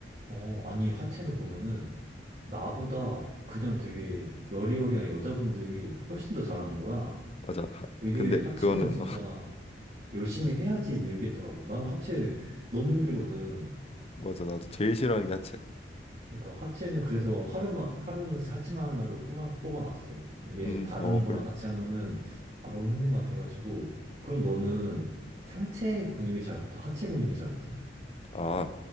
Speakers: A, on the right (about 40°); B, on the left (about 35°).
A: 어, 아니, 하체를 보면은 나보다 그냥 되게 여리여리한 여자분들이 훨씬 더 잘하는 거야.
B: 맞아. 하-
A: 이게
B: 근데
A: 하체는
B: 그거는
A: 진짜 열심히 해야지 늘겠더라고. 나는 하체 너무 힘들거든.
B: 맞아 나도 제일 싫어하는 게 하체야
A: 그러니까 하체는 그래서 하루만 하루는 하체만 하는 날로 뽑아 뽑아놨어. 이게
B: 음
A: 다른
B: 어
A: 거랑
B: 그래
A: 같이 하면은 아 너무 힘든 것 같아가지고 그럼 너는 상체 근육이 잘 붙어? 하체 근육이 잘 붙어?
B: 음아